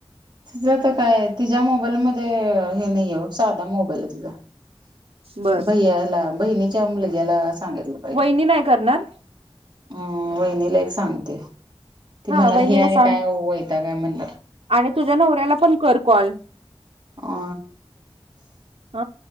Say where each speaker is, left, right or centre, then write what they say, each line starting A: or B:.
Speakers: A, on the right (about 45°); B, on the right (about 80°).
A: तिचा त काय तिच्या मोबाईल मध्ये अ हे नाहीये ओ साधा मोबाईलय तिचा.
B: बर
A: भैयाला बहिणीच्या मुलग्याला सांगितलं. पाहिजे
B: वहिनी नाही करणार?
A: अ वहिनीला एक सांगते ती
B: हा
A: म्हणाल
B: वहिनीला
A: हे आणि
B: सांग
A: काय वैतागय म्हणणार.
B: आणि तुझ्या नवऱ्याला पण कर कॉल.
A: अ
B: अं